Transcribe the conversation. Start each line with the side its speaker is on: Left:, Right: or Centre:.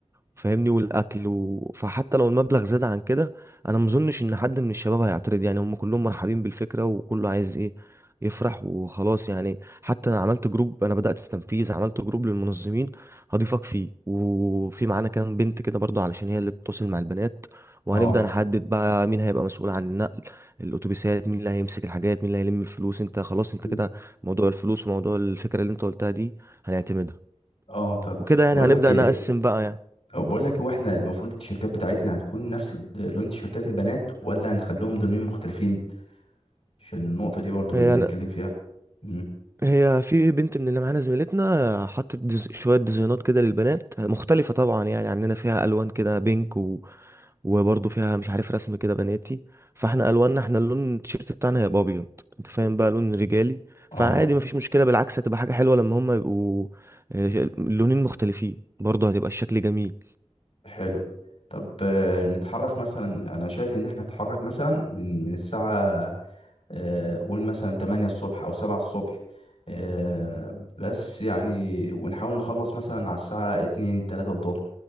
Right: فاهمني والاكل و... فحتى لو المبلغ زاد عن كده انا مظنش ان حد من الشباب هيعترض يعني هم كلهم مرحبين بالفكرة وكله عايز ايه يفرح وخلاص يعني حتى انا عملت جروب انا بدأت تنفيذ عملت جروب للمنظمين هضيفك فيه وفي معانا كام بنت كده برضو علشان هي اللي بتتواصل مع البنات وهنبدأ
Left: اه
Right: نحدد بقى مين هيبقى مسؤول عن النقل الاتوبيسات مين اللي هيمسك الحاجات مين اللي هيلم الفلوس انت خلاص انت
Left: مم.
Right: كده موضوع الفلوس وموضوع الفكرة اللي انت قلتها دي هنعتمدها
Left: اه طب
Right: وكده يعني
Left: بقول
Right: هنبدأ
Left: لك ايه
Right: نقسم بقى يعني
Left: بقول لك هو احنا المفروض التيشيرتات بتاعتنا هتكون نفس ال- لون تيشيرتات البنات ولا هنخليهم لونين مختلفين عشان النقطة دي برضو
Right: يعني
Left: نبقى نتكلم فيها مم.
Right: هي في بنت من اللي معانا زميلتنا حطت ديز... شوية ديزاينات كده للبنات مختلفة طبعا يعني عننا فيها ألوان كده بينك و... وبرضه فيها مش عارف رسم كده بناتي فاحنا ألواننا احنا اللون التيشيرت بتاعنا هيبقى أبيض انت فاهم بقى لون رجالي
Left: اه
Right: فعادي مفيش مشكلة بالعكس هتبقى حاجة حلوة لما هما يبقوا آه، لونين مختلفين برضه هتبقى الشكل جميل
Left: حلو طب آه، نتحرك مثلا انا شايف ان احنا نتحرك مثلا من من الساعة آه، قول مثلا 8 الصبح او 7 الصبح آه، بس يعني ونحاول نخلص مثلا على الساعة 2 3 الظهر